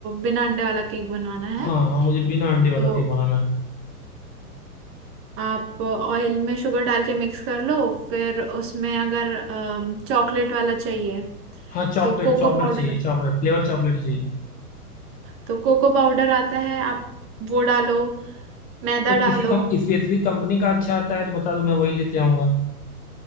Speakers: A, on the right; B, on the left.
A: बिना अंडे वाला केक बनवाना है
B: हाँ हाँ मुझे बिना अंडे वाला
A: तो
B: केक बनाना है
A: आप ऑयल में शुगर डाल के मिक्स कर लो फिर उसमें अगर चॉकलेट वाला चाहिए
B: हाँ चॉकलेट
A: तो कोको
B: चॉकलेट
A: पाउडर
B: चाहिए चॉकलेट फ्लेवर चॉकलेट ही चाहिए
A: तो कोको पाउडर आता है आप वो डालो मैदा
B: तो किसी
A: डालो
B: कम स्पेसिफिक कंपनी का अच्छा आता है तो बता दो मैं वही लेते आऊँगा